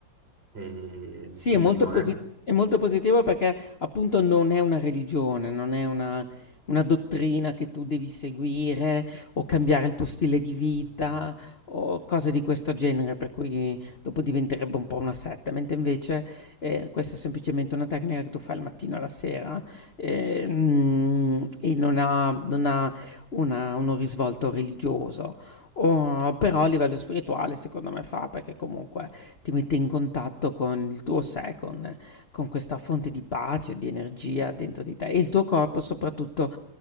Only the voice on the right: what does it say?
E
quindi
magari...
Ok,